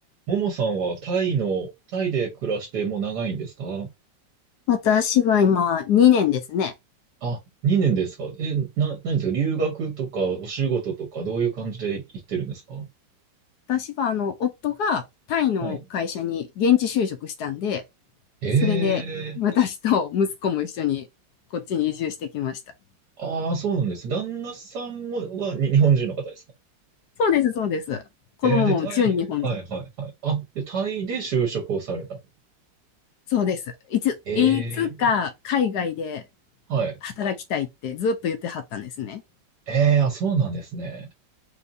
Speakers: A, on the right; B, on the left.
A: ももさんはタイの、タイで暮らしてもう長いんですか
B: 私は今2年ですね。
A: あ、2年ですかえ、な、何ですか留学とかお仕事とかどういう感じで行ってるんですか
B: 私はあの、夫がタイの会社に現地就職したんで、
A: はい。えー、
B: それで私と息子も一緒にこっちに移住してきました。
A: ああそうなんですね。旦那さんも、は、に、日本人の方ですか
B: そうです、そうです。子供も純日本人。
A: えー、で、タイで、はいはいはい。あ、で、タイで就職をされた。
B: そうです。いつ、
A: えー。
B: いつか海外で
A: はい。
B: 働きたいってずっと言ってはったんですね。
A: ええあ、そうなんですね。